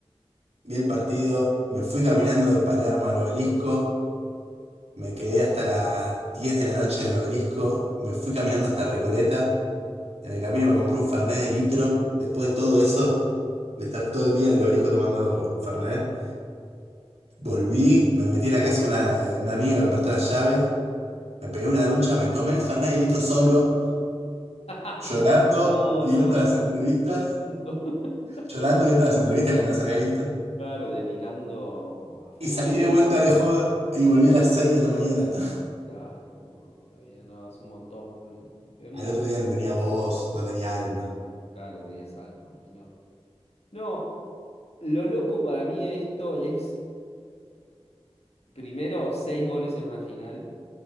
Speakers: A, on the right (about 80°); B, on the left (about 75°).
A: Vi el partido, me fui caminando de Palermo al Obelisco. Me quedé hasta las 10 de la noche en el obelisco, me fui caminando hasta Recoleta, en el camino me compré un Fernet de litro, después de todo eso, de estar todo el día en el obelisco tomando Fernet, volví, me metí en la casa de una, eh, una amiga que me prestó las llaves, me pegué una ducha, me tomé el Fernet de litro solo,
B: <laughs>
A: llorando,
B: No,
A: viendo
B: no,
A: las entrevistas,
B: llorando. <laughs>
A: llorando, viendo las entrevistas que no las había visto,
B: Claro, delirando a full.
A: y salí de vuelta de joda y volví a las 6 de la mañana. <laughs>
B: Claro, no, está bien, no, es un montón, boludo. Es mucho.
A: Al otro día no tenía voz, no tenía alma,
B: Claro, no tenías alma y no. No, lo loco para mí de esto es, primero, seis goles en una final.